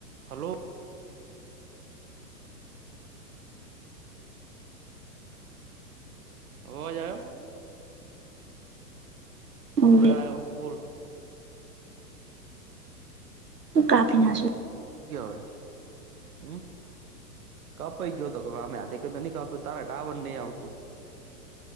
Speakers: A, on the right (about 65°); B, on the right (about 80°).
A: હાલો. અવાજ આયો?
B: ને
A: હવે આયો ફુલ.
B: કાપી ના સે.
A: કેવયો, હમ્મ. કપાઈ ગયો તો અમે હાથે ન કપુ તા ડાવર નહીં આવતું.